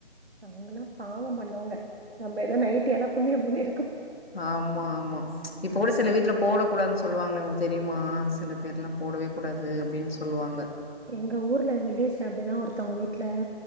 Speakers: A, on the right; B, on the left.
A: அவுங்கன பாவொ பண்ணவங்க நம்ம ஏதோ நைட்டி எல்லாம் புண்ணியம் பண்ணியிருக்கோம்.
B: ஆம்மா ஆமா இப் போலீஸ்சேல்ல வீட்ல போடக்கூடான்னு சொல்லுவாங்க இவுங்க தெரியுமா சில பேர்லா போடவே கூடாது அப்டின்னு சொல்லுவாங்க
A: எங்க ஊர்ல விலேஜ்ல அப்டிதா ஒருத்தவங்க வீட்ல